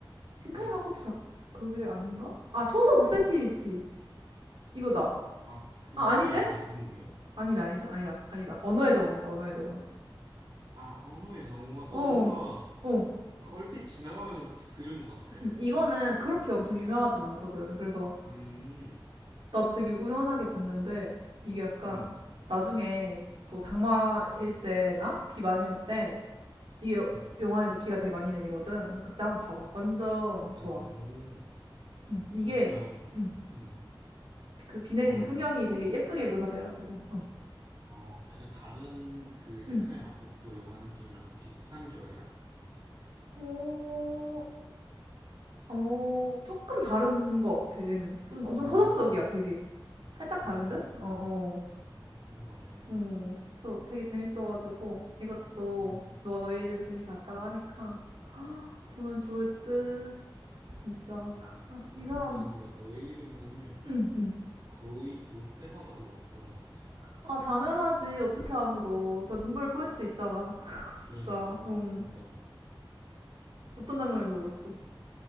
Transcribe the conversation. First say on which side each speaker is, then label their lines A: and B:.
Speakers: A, on the right; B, on the right.
A: 신카이
B: 음.
A: 마코토 작 그게 아닌가? 아, 초속 5미티 이거다.
B: 아, 그게
A: 아, 아닌데?
B: 영화 제목이야?
A: 아니다, 아니다, 아니다, 아니다. 언어의 정원이다, 언어의 정원.
B: 아, 언어의 정원.
A: 어,
B: 어, 뭔가
A: 어.
B: 얼핏 지나가면서 들은 것 같아.
A: 음, 이거는 그렇게 엄청 유명하진 않거든. 그래서
B: 음,
A: 나도 되게 우연하게 봤는데 이게 약간
B: 음,
A: 나중에 뭐 장마일 때나 비 많이 올 때 이게 여-
B: 음.
A: 영화에서 비가 되게 많이 내리거든. 그래서 그때 한번 봐봐. 완전
B: 오,
A: 좋아. 음, 이게
B: 약간,
A: 음,
B: 음.
A: 그 비 내리는
B: 어, 말해,
A: 풍경이
B: 말해.
A: 되게 예쁘게 묘사돼가지고 어.
B: 어, 약간 다른 그 신카이
A: 음.
B: 마코토 영화 느낌이랑 좀 비슷한 결이야?
A: 어, 어, 조금 다른 것 같아 얘는 좀 엄청
B: 오,
A: 서정적이야 되게 살짝 다른
B: 아,
A: 듯?
B: 그렇구나.
A: 어어 어.
B: 음, 궁금하네.
A: 어. 그래서 되게 재밌어가지고 이것도
B: 음,
A: 너가 너의 이름 재밌게 봤다고 하니까 보면 좋을 듯 진짜
B: 맞아.
A: 아,
B: 아,
A: 이
B: 진짜
A: 사람
B: 근데 나 너의 이름을
A: 응 응
B: 거의 볼 때마다 울었던 것 같아.
A: 아 당연하지 어떻게 안 울어 저 눈물 포인트 있잖아 <laughs> 진짜
B: 그러니까,
A: 음.
B: 진짜.
A: 어떤 장면에서 울었어